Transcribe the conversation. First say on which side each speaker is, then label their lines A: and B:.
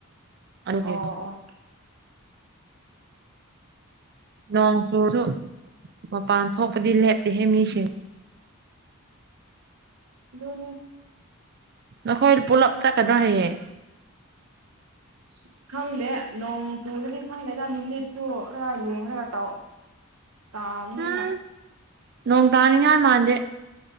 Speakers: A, on the right; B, on the right.
A: ꯑꯗꯨꯒꯤ
B: ꯑꯣ ꯑꯣ
A: ꯅꯣꯡ ꯆꯨꯔꯁꯨ ꯃꯄꯥꯟ ꯊꯣꯛꯄꯗꯤ ꯂꯦꯞꯇꯦꯍꯦ ꯃꯤꯁꯤꯡ
B: ꯗꯣꯂꯦ
A: ꯅꯈꯣꯏ ꯄꯨꯂꯞ ꯆꯠꯀꯗ꯭ꯔꯣ ꯍꯌꯦꯡ
B: <inaudible> ꯈꯪꯗꯦ ꯅꯣꯡ ꯆꯨꯔꯗꯤ ꯈꯪꯗꯦꯗꯥ ꯅꯨꯃꯤꯠꯁꯨ ꯈꯔ ꯌꯦꯡꯔꯒ ꯇꯧ ꯇꯥꯕꯅꯤꯅ
A: ꯎꯝ ꯅꯣꯡ ꯇꯥꯅꯤꯡꯉꯥꯢ ꯃꯥꯟꯗꯦ